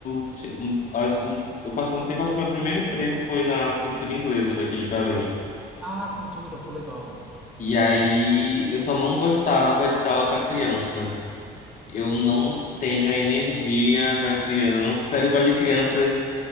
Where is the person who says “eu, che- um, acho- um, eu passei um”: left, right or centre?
Left